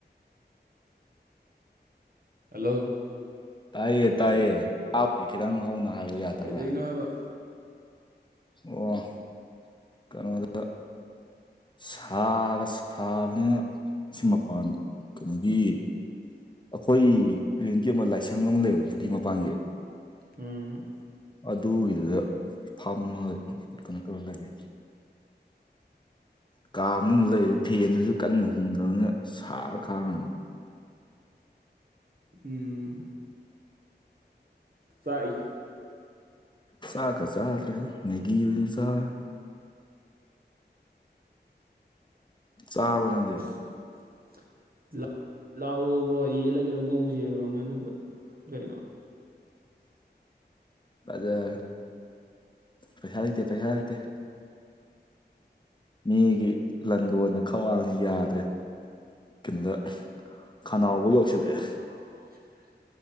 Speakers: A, on the right (about 55°); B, on the left (about 25°).
A: ꯍꯜꯂꯣ
B: ꯇꯥꯏꯌꯦ ꯇꯥꯏꯌꯦꯥꯕ ꯈꯤꯇꯪ ꯍꯧꯅ ꯍꯥꯏꯕ ꯌꯥꯗꯕ꯭ꯔꯥ
A: ꯀꯩꯗꯧꯔꯤꯅꯣ
B: ꯍꯥꯏꯕꯅꯗ
A: ꯍꯥꯏꯕ
B: ꯑꯣ ꯀꯩꯅꯣꯗ ꯁꯥꯒ ꯁꯥꯕꯅꯤꯅ ꯁꯤ ꯃꯄꯥꯟꯗ ꯀꯩꯅꯣꯒꯤ ꯑꯩꯈꯣꯏ ꯔꯦꯟꯒꯤ ꯑꯃ ꯂꯥꯏꯁꯪ ꯑꯃ ꯂꯩꯕꯅꯦ ꯄꯨꯈ꯭ꯔꯤ ꯃꯄꯥꯟꯒꯤ
A: ꯎꯝ
B: ꯑꯗꯨꯒꯤꯗꯨꯗ ꯐꯝꯃꯒ ꯀꯩꯅꯣ ꯇꯧꯔꯒ ꯂꯩꯌꯦ ꯀꯥ ꯃꯅꯨꯡꯗ ꯂꯩꯔꯤ ꯐꯦꯟꯗꯨꯁꯨ ꯀꯟꯅ ꯍꯨꯝꯗꯕꯅ ꯁꯥꯕꯅ ꯈꯥꯡꯉꯝꯗꯦ
A: ꯎꯝ ꯆꯥꯏ
B: ꯆꯥꯛ ꯀ ꯆꯥꯗ꯭ꯔꯦꯗ ꯃꯦꯒꯤ ꯑꯣꯏꯅ ꯆꯥꯔꯦ ꯆꯥꯔꯕꯅꯪꯗꯤ
A: <inaudible> ꯂꯥꯛꯑꯣꯕ꯭ꯔꯣ ꯌꯦꯜꯂ ꯀꯩꯗꯧ ꯉꯧꯁꯦꯕ꯭ꯔꯣ ꯉꯥꯅꯨꯗ ꯀꯩꯅꯣ
B: ꯐꯖꯔꯦ ꯄꯩꯁꯥ ꯂꯩꯇꯦ ꯄꯩꯁꯥ ꯂꯩꯇꯦ ꯃꯤꯒꯤ ꯂꯟꯗꯣꯟꯅ ꯈꯧꯋꯥꯥꯡꯁꯤ ꯌꯥꯗ꯭ꯔꯦ ꯀꯩꯅꯗ ꯈꯅꯥꯎꯕ ꯌꯧꯁꯤꯜꯂꯛꯑꯦ
A: ꯈꯅꯥꯎꯕꯧ ꯌꯧꯁꯜꯂꯑꯦ